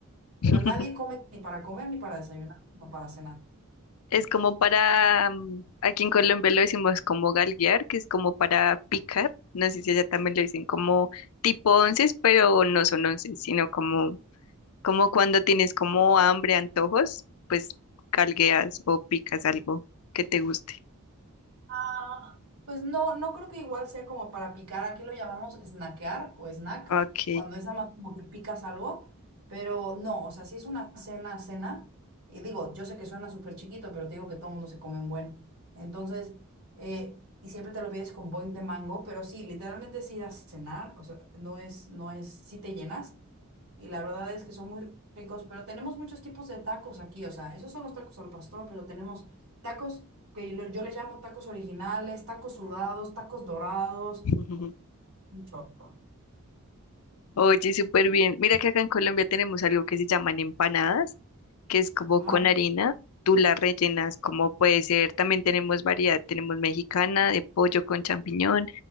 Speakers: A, on the right; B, on the left.
A: pero
B: <laughs>
A: nadie come ni para comer ni para desayunar, no para cenar.
B: Es como para, mm, aquí en Colombia lo decimos como galguear, que es como para picar. No sé si allá también lo dicen como tipo onces, pero no son onces, sino como, como cuando tienes como hambre, antojos, pues galgueas o picas algo que te guste.
A: Ah, Pues no, no creo que igual sea como para picar. Aquí lo llamamos snackear o snack,
B: Ok.
A: cuando es nada más como que picas algo, pero no, o sea, si es una cena, cena, y digo, yo sé que suena súper chiquito, pero te digo que todo el mundo se come un buen. Entonces, eh, y siempre te lo pides con boing de mango, pero sí, literalmente es ir a cenar, o sea, no es, no es, sí te llenas, y la verdad es que son muy ricos, pero tenemos muchos tipos de tacos aquí, o sea, esos son los tacos al pastor, pero tenemos tacos que yo, yo le llamo tacos originales, tacos sudados, tacos dorados,
B: <laughs>
A: un chorro.
B: Oye, súper bien. Mira que acá en Colombia tenemos algo que se llaman empanadas, que es como
A: Ajá,
B: con harina, tú la rellenas como puede ser. También tenemos variedad, tenemos mexicana, de pollo con champiñón,